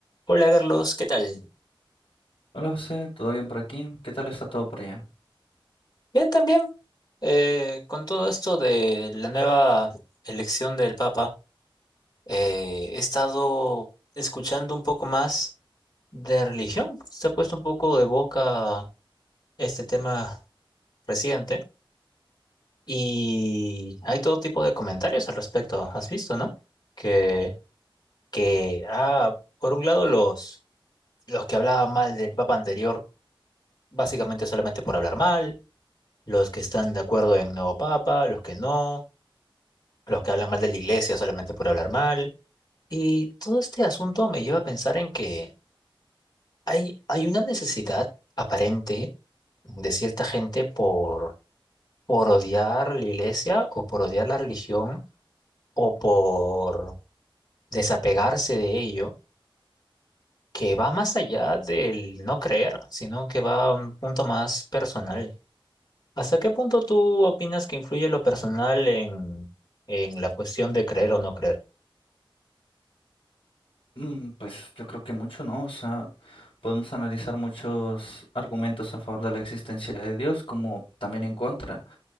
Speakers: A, on the left; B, on the left.
A: Hola Carlos, ¿qué tal?
B: Hola José, ¿todo bien por aquí? ¿Qué tal está todo por allá?
A: Bien, también. Eh, con todo esto de la nueva elección del Papa, eh, he estado escuchando un poco más de religión. Se ha puesto un poco de boca este tema reciente y hay todo tipo de comentarios al respecto. ¿Has visto, no? Que, que ah, por un lado los, los que hablaban mal del Papa anterior, básicamente solamente por hablar mal. los que están de acuerdo en nuevo papa, los que no, los que hablan mal de la iglesia solamente por hablar mal. Y todo este asunto me lleva a pensar en que hay, hay una necesidad aparente de cierta gente por, por odiar la iglesia o por odiar la religión o por desapegarse de ello, que va más allá del no creer, sino que va a un punto más personal. ¿Hasta qué punto tú opinas que influye lo personal en, en la cuestión de creer o no creer?
B: Mm, pues yo creo que mucho no, o sea, podemos analizar muchos argumentos a favor de la existencia de Dios como también en contra,